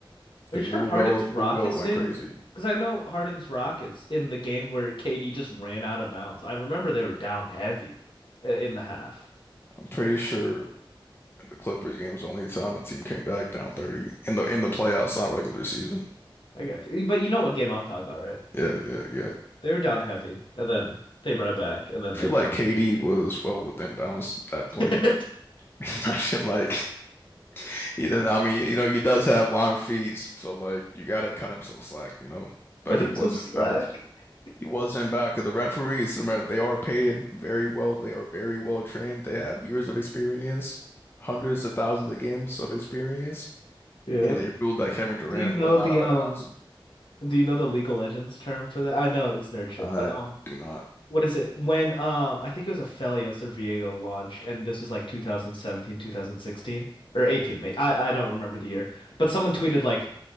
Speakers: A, on the left; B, on the left.
A: because
B: Are you sure
A: Lou
B: Harden's
A: Will
B: Rockets
A: Lou Will went
B: in?
A: crazy.
B: Because I know Harden's Rockets in the game where KD just ran out of bounds. I remember they were down heavy i- in the half.
A: I'm pretty sure the Clippers game was the only time a team came back down 30 in the in the playoffs, not regular season.
B: I got you. But you know what game I'm talking about, right?
A: Yeah, yeah, yeah.
B: They were down heavy, and then they brought it back, and then
A: I
B: they
A: feel
B: won.
A: like KD was well within bounds that
B: <laughs>
A: play. <laughs> I feel like either I mean, you know, he does have long feet, so like you gotta cut him some slack, you know. But
B: But
A: he
B: it's
A: was
B: some slack.
A: in bounds.
B: <laughs>
A: He was in bounds because the referees, remember, they are paid very well. They are very well trained. They have years of experience, hundreds of thousands of games of experience,
B: Yeah.
A: and they ruled that Kevin Durant
B: Do you know
A: was not
B: the
A: out
B: um?
A: of bounds.
B: Do you know the League of Legends term for that? I know it's nerd shit,
A: I
B: but um,
A: do not.
B: what is it? When um I think it was a Felios or Viego launched, and this was like 2017, 2016, or 18, maybe. I, I don't remember the year. But someone tweeted like